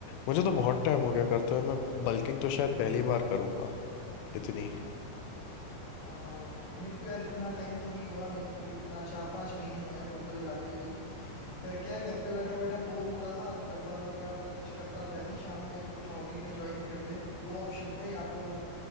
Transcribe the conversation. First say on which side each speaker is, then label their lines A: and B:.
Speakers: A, on the left (about 85°); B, on the left (about 55°).
A: मुझे तो बहुत टाइम हो गया करते हुए मैं बल्किंग तो शायद पहली बार करूंगा इतनी
B: आओ, मेरे को यार इतना टाइम तो नहीं हुआ मेरे को भी कितना चार पांच महीने हुए हैं टोटल जाते हुए फिर क्या है घर पे बैठा बैठा बोर होता था तो घर वालों ने कहा बोले कुछ करता तो है नहीं शाम में तो कुछ हॉबी में ज्वाइन कर ले तो दो ऑप्शन थे या तो